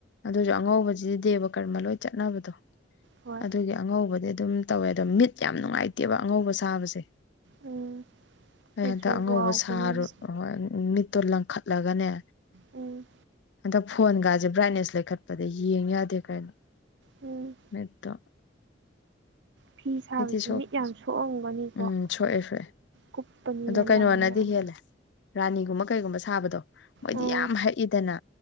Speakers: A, on the left; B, on the right.
A: ꯑꯗꯨꯁꯨ ꯑꯉꯧꯕꯁꯤꯗꯤ ꯗꯦꯕ ꯀꯔꯃ ꯂꯣꯏ ꯆꯠꯅꯕꯗꯣ
B: ꯍꯣꯏ
A: ꯑꯗꯨꯒꯤ ꯑꯉꯧꯕꯗꯤ ꯑꯗꯨꯝ ꯇꯧꯋꯦ ꯑꯗꯣ ꯃꯤꯠ ꯌꯥꯝ ꯅꯨꯡꯉꯥꯏꯇꯦꯕ ꯑꯉꯧꯕ ꯁꯥꯕꯁꯦ꯫
B: ꯎꯝ
A: ꯑꯩ
B: ꯃꯆꯨ
A: ꯍꯟꯇꯛ ꯑꯉꯧꯕ
B: ꯋꯥꯎꯕꯅꯤꯅ
A: ꯁꯥꯔꯨꯏꯕ ꯃꯤꯠꯇꯣ ꯂꯪꯈꯠꯂꯒꯅꯦ
B: ꯎꯝ
A: ꯍꯟꯗꯛ ꯐꯣꯟꯒꯥꯁꯦ ꯕ꯭ꯔꯥꯏꯠꯅꯦꯁ ꯂꯩꯈꯠꯄꯗ ꯌꯦꯡ ꯌꯥꯗꯦ ꯀꯩꯅꯣ
B: ꯎꯝ
A: ꯃꯤꯠꯇꯣ
B: ꯐꯤ ꯁꯥꯕꯁꯦ
A: ꯃꯤꯠꯇꯤ ꯁꯣꯛ
B: ꯃꯤꯠ ꯌꯥꯝ ꯁꯣꯛꯑꯝꯒꯅꯤꯀꯣ
A: ꯎꯝ ꯁꯣꯛꯑꯦ ꯁꯣꯛꯑꯦ
B: ꯀꯨꯞꯄꯅꯤꯅ
A: ꯑꯗꯣ ꯀꯩꯅꯣꯅꯗꯤ
B: ꯂꯪ ꯃꯌꯥꯝ
A: ꯍꯦꯜꯂꯦ ꯔꯥꯅꯤꯒꯨꯝꯕ ꯀꯩꯒꯨꯝꯕ ꯁꯥꯕꯗꯣ ꯃꯣꯏꯗꯤ
B: ꯑꯥ
A: ꯌꯥꯝ ꯍꯛꯏꯗꯅ